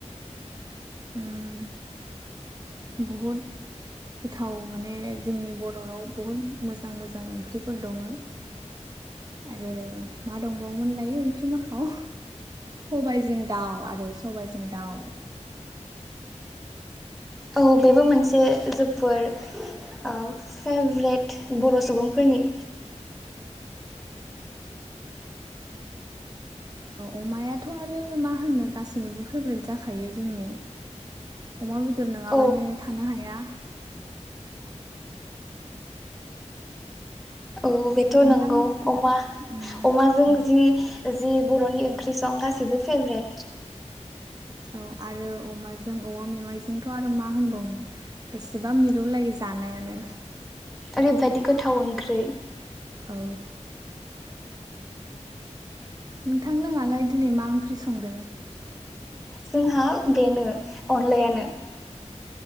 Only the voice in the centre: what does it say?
औ बेबो मोनसे जोबोर फेभ्रेट बर' सुबुंफोरनि
औ
औ बेथ'
नंगौ अमा
अमाजों जि जि बर'नि ओंख्रि सं गासिबो फेभरेट
ओरैबायादि गोथाव ओंख्रि
जोंहा बेनो अनलायानो